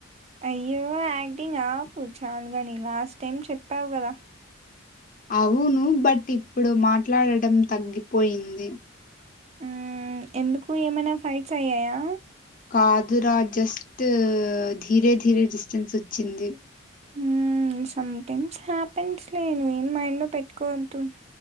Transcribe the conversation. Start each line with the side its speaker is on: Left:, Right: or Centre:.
Right: అయ్యో యాక్టింగ్ ఆపు చాలుగానీ లాస్ట్ టైమ్ చెప్పావు కదా.
Left: అవును బట్ ఇప్పుడు మాట్లాడటం తగ్గిపోయింది.
Right: ఊ ఎందుకు ఏమైనా ఫైట్స్ అయ్యాయా?
Left: కాదురా జస్ట్ ధీరే ధీరే డిస్టెన్స్ వచ్చింది.
Right: ఊ సమ్ టైమ్స్ హ్యాపెండ్స్ లే నువేమి మైండ్ లో పెట్టుకోవద్దు.